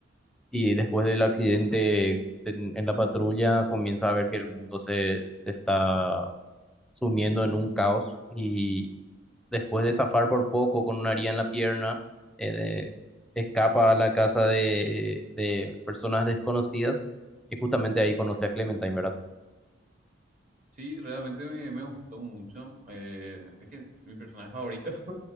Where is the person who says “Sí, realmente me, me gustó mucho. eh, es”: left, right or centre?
Right